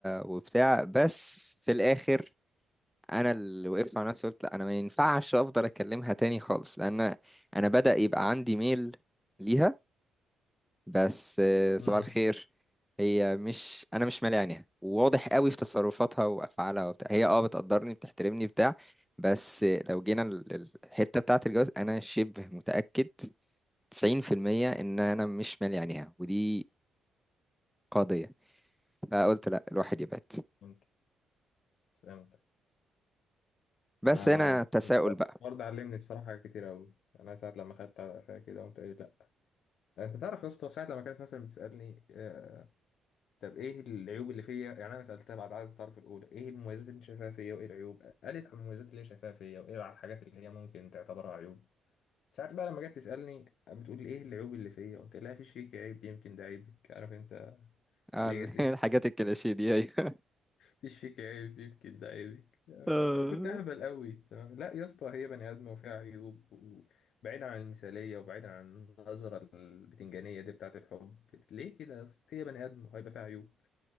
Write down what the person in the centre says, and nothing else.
وبتاع بس في الاخر انا اللي وقفت مع نفسي قلت لا انا ما ينفعش افضل اكلمها تاني خالص لان انا بدأ يبقى عندي ميل ليها بس آه، صباح
الخير هي مش انا مش مالي عينيها وواضح قوي في تصرفاتها وافعالها وبتاع هي اه بتقدرني بتحترمني بتاع بس آه، لو جينا ال- الحتة بتاعة الجواز انا شبه متأكد 90% ان انا مش مالي عينيها ودي قضية آه، قلت لا الواحد يبعد
بس
هنا تساؤل
بقى
آه،
ال- <laughs> الحاجات الكليشيه دي أيوة.
آه.